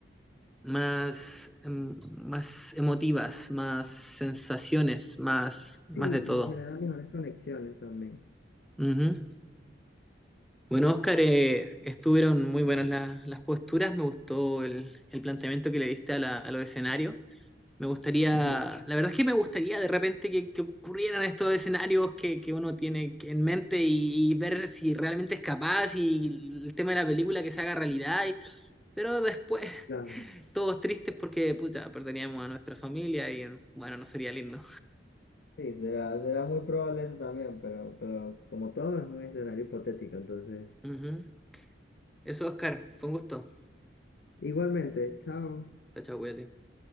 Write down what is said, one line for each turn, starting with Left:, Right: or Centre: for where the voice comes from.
Centre: más, em, más emotivas, más sensaciones, más, más
Left: Sí,
Centre: de todo.
Left: y genera mejores conexiones también.
Centre: Ujú. Bueno, Oscar, eh, estuvieron muy buenas la- las posturas, me gustó el, el planteamiento que le diste a, la- a los escenarios. Me gustaría,
Left: Ujú,
Centre: la verdad es que me gustaría de repente que, que ocurrieran estos escenarios que, que uno tiene que- en mente y, y ver si realmente es capaz y el tema de la película que se haga realidad. y- pero después <laughs>
Left: Claro.
Centre: todos tristes porque, puta, perderíamos a nuestra familia y bueno, no sería lindo.
Left: Sí, será, será muy probable eso también, pero, pero como todo es un escenario hipotético, entonces.
Centre: Ujú. Eso, Oscar, fue un gusto.
Left: Igualmente, chao.
Centre: Chao, chao, cuídate.